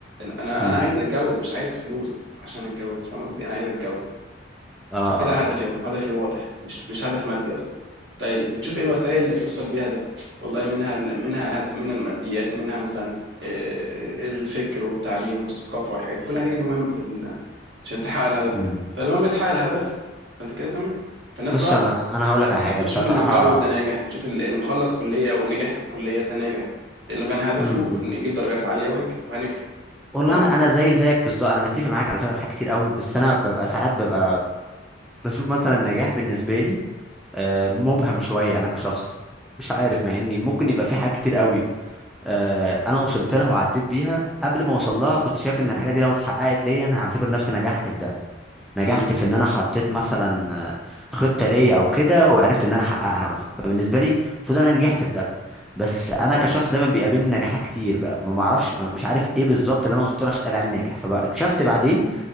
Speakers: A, on the right; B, in the centre.
A: انا
B: امم
A: انا عايز اتجوز مش عايز فلوس عشان اتجوز فاهم قصدي انا عايز اتجوز
B: اه
A: فكده هدفي
B: اه
A: اهو هدفي واضح مش مش هدف مادي اصلا طيب بتشوف ايه الوسائل اللي توصل بيها ده والله منها منها هد- منها الماديات منها مثلا آه، الفكر والتعليم والثقافه والحاجات دي. كل الحاجات دي مهمه في ال... عشان تحقق الهدف ده
B: امم
A: فلما بتحقق الهدف فانت كده تمام فالناس
B: بص
A: بقى
B: انا
A: في-
B: انا هقول
A: الفكره
B: لك على حاجه
A: دي بتشوف
B: بصراحه
A: المتجوز ده ناجح بتشوف ال- اللي مخلص كليه ونجح في الكليه ده ناجح لانه كان هدفه
B: امم
A: انه يجيب درجات عاليه وينجح فنجح
B: والله
A: فاهم قصدي؟
B: انا انا زي زيك بالظبط انا متفق معاك على فكره في حاجات كتير قوي بس انا ببقى ساعات ببقى بشوف مثلا النجاح بالنسبه لي آه، مبهم شويه انا كشخص مش عارف مع اني ممكن يبقى في حاجات كتير قوي آه، انا وصلت لها وعديت بيها قبل ما اوصل لها كنت شايف ان الحاجه دي لو اتحققت ليا انا هعتبر نفسي نجحت في ده نجحت
A: مم.
B: في ان انا حطيت مثلا آه، خطه ليا او كده وعرفت ان انا احققها مثلا فبالنسبه لي المفروض إن انا نجحت في ده بس انا كشخص دايما بيقابلني نجاحات كتير بقى ما ما اعرفش مش عارف ايه بالظبط اللي انا وصلت له عشان اتقال عليه ناجح فاكتشفت بعدين